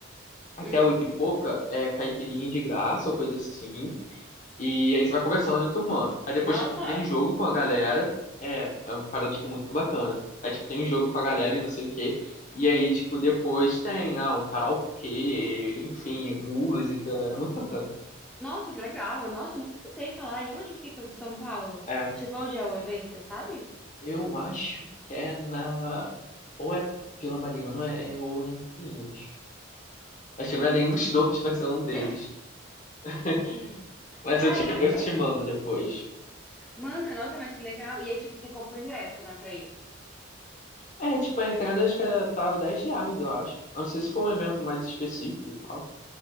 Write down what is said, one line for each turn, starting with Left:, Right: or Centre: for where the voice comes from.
Left: Até
Centre: Hum.
Left: oito e pouca é caipirinha de graça ou coisa assim. E aí você vai conversando e turmando. Aí depois,
Centre: Nossa,
Left: tipo, tem jogo com a galera. É, é uma parada, tipo, muito bacana. Aí, tipo, tem jogo com a galera e não sei o quê. E aí, tipo, depois tem, ah, um karaokê, enfim, música. É muito bacana.
Centre: nossa, que legal. Nossa, eu nunca escutei falar. E onde fica o de São Paulo?
Left: É,
Centre: Tipo, onde é o evento, você sabe?
Left: eu acho que é na... Ou é Vila Mariana ou é, é em- ou é em Pinheiros. Acho que não é nenhum dos dois, <laughs> mas é um deles.
Centre: <laughs>
Left: <laughs> Mas
Centre: Caraca,
Left: eu te, eu te mando depois.
Centre: manda, nossa, mas que legal. E aí, tipo, você compra o ingresso, né, pra ir.
Left: É, tipo, a entrada acho que era, tava 10 reais, eu acho. Eu não sei se foi um evento mais específico e tal.